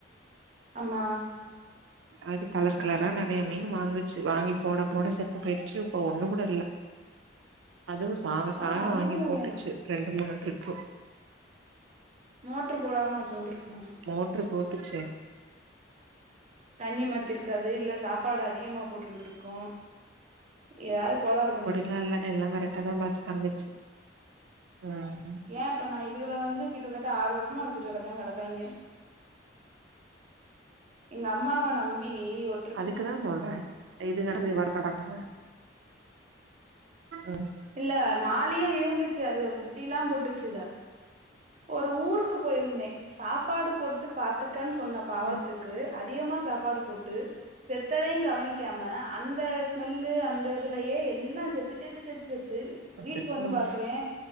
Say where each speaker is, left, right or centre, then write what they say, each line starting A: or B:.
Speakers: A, on the right; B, on the right.
A: ஆமா
B: அது கலர் கலரா நெறைய மீன் வாங்குச்சு வாங்கி போட போட செத்து போயிடுச்சு இப்ப ஒண்ணு கூட இல்ல அதுவும் சாக
A: அதெல்லா
B: சாக
A: அனுபவோ
B: வாங்கி போட்டுச்சு
A: வேணு
B: ரெண்டு மூணு ட்ரிப்பு
A: மோட்ரு போடாமல் வச்சு வந்திருக்கு
B: மோட்ரு போட்டுச்சே
A: தண்ணி மாத்திருக்காது இல்ல சாப்பாடு அதிகமா போட்ருந்திருக்கு ஏதாவது கோளாரு பன்னி
B: அப்டிலா இல்ல எல்லா கரக்டா தா மாத்தி ப பண்ணிச்சு உம்
A: ஏ இப்ப நா இதுகல வந்து கிட்டத்தட்ட ஆறு வருஷமா வித்துட்டுக்கிடக்கே கெடைக்காங்க எங்க அம்மாவ நம்பி ஒ
B: அதுக்குதா சொல்றே இது வந்து ஒர்க்கவுட் ஆகும்ல உம்
A: இல்ல மாலியும் இருந்துச்சு அது குட்டி எல்லா போட்டுச்சுக ஒரு ஊருக்கு போயிருந்தே சாப்பாடு போட்டு பாத்துக்கன்னு சொன்ன பாவத்துக்
B: ம்
A: கு அதிகமா சாப்பாடு போட்டு செத்ததையும் கவனிக்காம அந்த ஸ்மெல்லு அந்த இதுலயே எல்லா செத்து செத்து செத்து செத்து செத்து
B: அச்சச்சோ
A: வீட்டுக்கு வந்து பாக்குறே